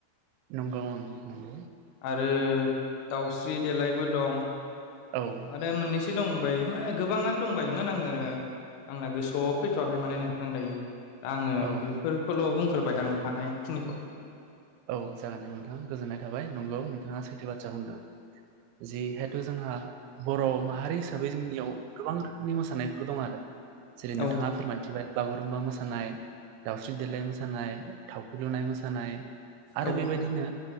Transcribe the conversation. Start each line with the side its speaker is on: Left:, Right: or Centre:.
Right: नंगौ ओं नंगौ।
Left: आरो दाउस्रि देलायबो दं
Right: औ
Left: आरो मोननैसो दं। माने गोबाङानो दंबायोमोन आङो आंना गोसोआव फैथ'वाखै माने नोंथां दायो। दा आङो
Right: औ
Left: बेफोरखौल' बुंग्रोबाय आं हानायखिनिखौ।
Right: औ जागोन दे नोंथां गोजोननाय थाबाय नंगौ नोंथाङा सैथो बाथ्रा बुंदों। जिहेथु जोंहा बर' माहारि हिसाबै जोंनियाव गोबां रोखोमनि मोसानायफोर दं आरो। जेरै नोंथाङा
Left: औ
Right: फोरमायथिबाय। बागुरुम्बा मोसानाय दाावस्रि देलााय मोसानाय थावख्रि लुनाय मोसानाय। आरो
Left: औ
Right: बेबायदिनो।